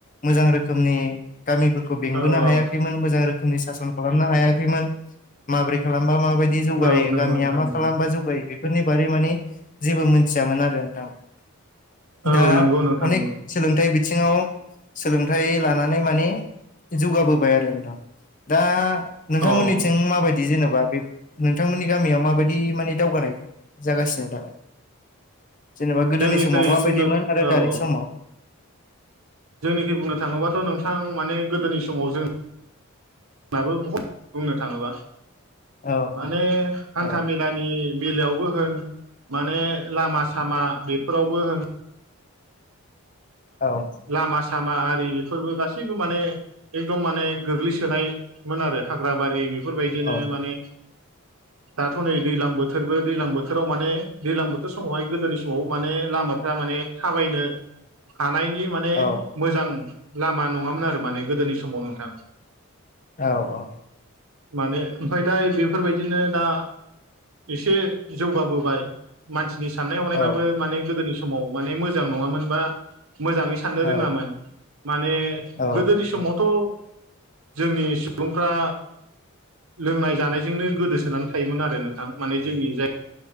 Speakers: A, on the left; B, on the right.
A: मोजां रोखोमनि गामिफोरखौ बेंबोनो
B: औ औ
A: हायाखैमोन मोजां रोखोमनि सासन खालामनो हायाखैमोन माब्रै खालामबा माबायदि जिदि जौगायो
B: औ नंगौ
A: गामिया
B: नोंथां
A: मा
B: नंगौ
A: खालामबा जौगायो बेफोरनि बारै मानि जेबो मोनथियामोन आरो नोंथां
B: औ
A: दा
B: नंगौ नोंथां
A: अनेक
B: नंगौ
A: सोलोंथाइ बिथिङाव सोलोंथाइ लानानै माने जौगाबोबाय आरो नोंथां दा नोंथांमोननिथिं
B: अ
A: माबायदि जेनेबा बे नोंथांमोननि गामियाव माबायदि माने दावगानाय जागासिनो दामानि जेनेबा गोदोनि
B: जोंनिख्रुइ
A: समाव माबायदिमोन
B: बुंनो
A: आरो
B: औ
A: दानि
B: औ
A: समाव
B: जोंनिखै बुंनो थाङोबाथ' नोंथां माने गोदोनि समाव जों <unintelligible> बहुत बुंनो थाङोबा
A: औ
B: माने हान्था
A: औ
B: मेला नि बेलायावबो होन माने लामा सामा बेफोरावबो होन
A: औ
B: लामा सामा आरि बेफोरबो गासैबो माने एकदम माने गोग्लैसोनायमोन आरो हाग्रा बारि बेफोरबायदिनो
A: औ
B: माने दाथ' नै दैज्लां बोथोरबो दैज्लां बोथोराव माने दैजलां बोथोर समावहाय गोदोनि समाव माने लामा माने थाबायनो हानायनि माने
A: औ
B: मोजां लामा नङामोन आरो माने गोदोनि समाव नोंथां
A: औ औ
B: माने ओमफ्राय दा बेफोरबायदिनो दा एसे जौगाबोबाय मानसिनि साननाय हनायबाबो
A: औ
B: माने गोदोनि समाव माने मोजां नङामोन बा मोजाङै साननो
A: औ
B: रोङामोन माने
A: औ
B: गोदोनि समावथ' जोंनि सुबुंफ्रा लोंनाय जानायजोंनो गोदोसोनानै थायोमोन आरो नोंथां माने जोंनि जाय